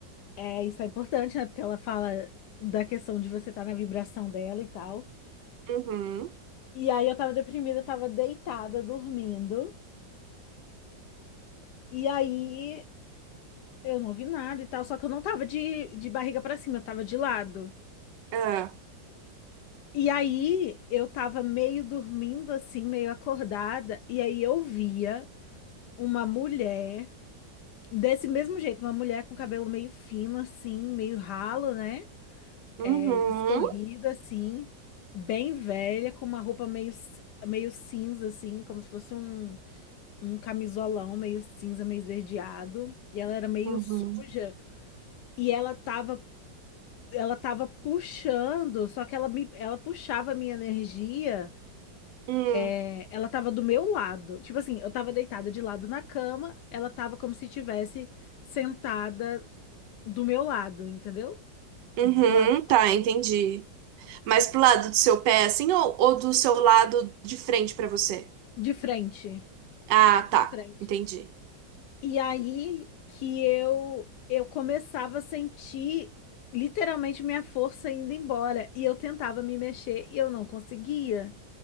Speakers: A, on the left; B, on the right.
A: É, isso é importante, né? Porque ela fala da questão de você estar na vibração dela e tal.
B: Uhum.
A: E aí eu tava deprimida, eu tava deitada, dormindo. E aí eu não ouvi nada e tal, só que eu não tava de, de barriga para cima, eu tava de lado.
B: É.
A: E aí eu tava meio dormindo assim, meio acordada, e aí eu via uma mulher desse mesmo jeito, uma mulher com cabelo meio fino assim, meio ralo, né? É,
B: Uhum.
A: Escorrido assim, bem velha, com uma roupa meio ci- meio cinza assim, como se fosse um um camisolão meio cinza, meio esverdeado, e ela era meio
B: Uhum.
A: suja, e ela tava ela tava puxando, só que ela me ela puxava a minha energia
B: Hum.
A: É, Ela tava do meu lado. Tipo assim, eu tava deitada de lado na cama, ela tava como se tivesse sentada do meu lado, entendeu?
B: Uhum.
A: Do lado de, fora-
B: Tá, entendi. Mas pro lado do seu pé, assim, ou, ou do seu lado de frente pra você?
A: de frente,
B: Ah, tá.
A: de frente.
B: Entendi.
A: E aí que eu eu começava a sentir literalmente minha força indo embora e eu tentava me mexer e eu não conseguia.